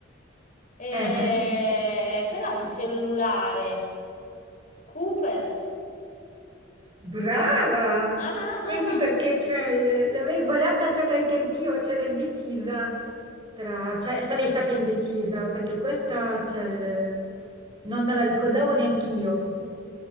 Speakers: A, on the left (about 40°); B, on the right (about 25°).
A: E-
B: Eh,
A: Però il cellulare, Cooper?
B: brava!
A: Ah!
B: Eh sì, perché c'è il- l'avrei sbagliata, cioè perché anch'io c'ero indecisa tra... cioè sarei stata indecisa, perché questa c'è il... non me la ricordavo neanch'io.